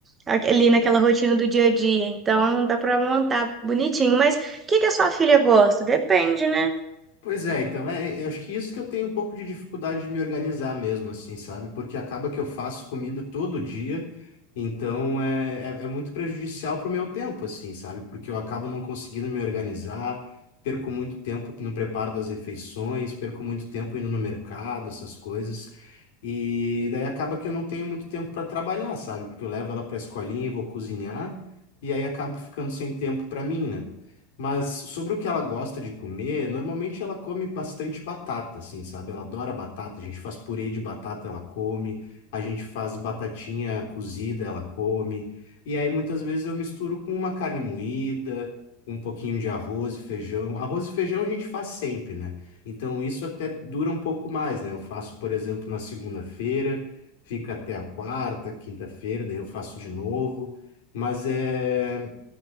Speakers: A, on the right (about 15°); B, on the left (about 70°).
A: ali naquela rotina do dia a dia. Então dá pra montar bonitinho. Mas o que que a sua filha gosta? Depende, né?
B: Pois é, então, é, eu acho que isso que eu tenho um pouco de dificuldade de me organizar mesmo, assim, sabe? Porque acaba que eu faço comida todo dia, então é, é, é muito prejudicial pro meu tempo, assim, sabe? Porque eu acabo não conseguindo me organizar, perco muito tempo no preparo das refeições, perco muito tempo indo no mercado, essas coisas. E daí acaba que eu não tenho muito tempo para trabalhar, sabe? Porque eu levo ela para a escolinha e vou cozinhar, e aí acabo ficando sem tempo para mim, né? Mas sobre o que ela gosta de comer, normalmente ela come bastante batata, assim, sabe? Ela adora batata. A gente faz purê de batata, ela come. A gente faz batatinha cozida, ela come. E aí muitas vezes eu misturo com uma carne moída, um pouquinho de arroz e feijão. Arroz e feijão a gente faz sempre, né? Então isso até dura um pouco mais, né? Eu faço, por exemplo, na segunda-feira, fica até a quarta, quinta-feira, daí eu faço de novo. Mas é.